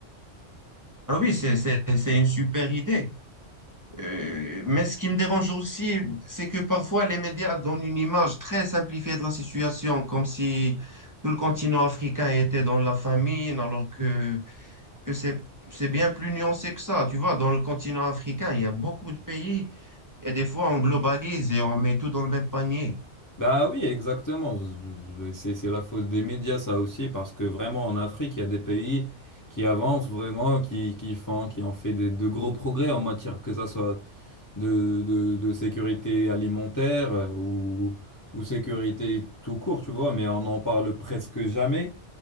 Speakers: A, on the right (about 20°); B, on the left (about 20°).
A: Alors oui, c'est, c'est, c'est une super idée. Euh, mais ce qui me dérange aussi, c'est que parfois les médias donnent une image très simplifiée de la situation, comme si tout le continent africain était dans la famine, alors que, que c'est, c'est bien plus nuancé que ça. Tu vois, dans le continent africain, il y a beaucoup de pays et des fois on globalise et on met tout dans le même panier.
B: Bah oui, exactement. C'est c'est la faute des médias, ça aussi, parce que vraiment en Afrique, il y a des pays qui avancent vraiment, qui, qui font, qui ont fait des- de gros progrès en matière que ça soit de, de, de sécurité alimentaire euh, ou, ou sécurité tout court, tu vois, mais on n'en parle presque jamais.